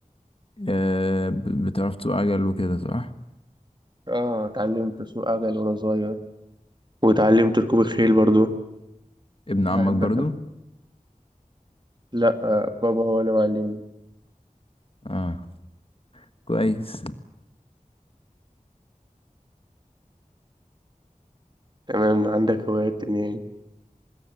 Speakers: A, on the left (about 40°); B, on the right (about 30°).
A: آه ب- بتعرف تسوق عجل وكده صح
B: اه اتعلمت أسوق عجل وأنا صغير واتعلمت ركوب الخيل برضو
A: ابن
B: بحب
A: عمك برضو
B: أركب لأ آه، بابا هو اللي معلمني
A: اه كويس
B: تمام عندك هوايات تانية يعني